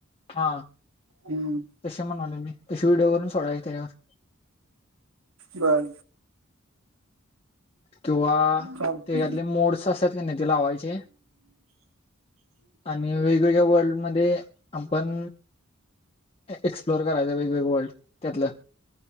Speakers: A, on the left (about 30°); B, on the right (about 80°).
A: स्थान
B: हम्म
A: तसे म्हणाले मी तशी व्हिडिओ वरून सोडावे तैयार
B: बर
A: किंवा
B: चालते
A: त्यातले मोड्स असातत की नाही ते लावायचे आणि वेगवेगळ्या वर्ल्ड मध्ये आपण एक्सप्लोर करायचं वेगवेग वल्ड त्यातलं